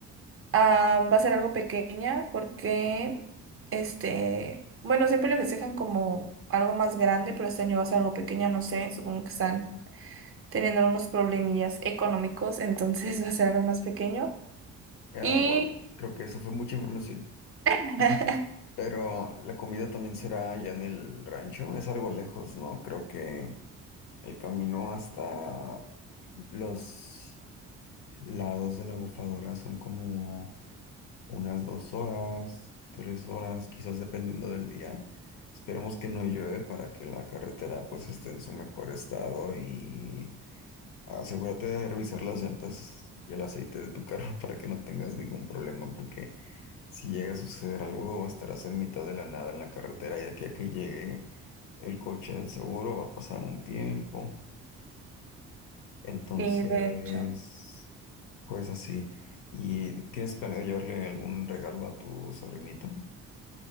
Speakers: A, on the right; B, on the left.
A: Ah, va a ser algo pequeña porque, este, bueno, siempre le festejan como algo más grande, pero este año va a ser algo pequeña, no sé, supongo que están teniendo algunos problemillas económicos, entonces <laughs> va a ser algo más pequeño.
B: Ah,
A: Y
B: guau, creo que eso fue mucha información.
A: <laughs>
B: <laughs> Pero la comida también será allá en el rancho, es algo lejos, ¿no? Creo que el camino hasta los lados de la bufadora son como unas dos horas, tres horas, quizás dependiendo del día. Esperemos que no llueve para que la carretera pues esté en su mejor estado y asegúrate de revisar las llantas y el aceite de tu carro <laughs> para que no tengas ningún problema porque si llega a suceder algo estarás en mitad de la nada en la carretera y de aquí a que llegue el coche del seguro va a pasar un tiempo. Entonces...
A: Sí, de hecho.
B: Pues así. ¿Y tienes planeado llevarle algún regalo a tu sobrinito?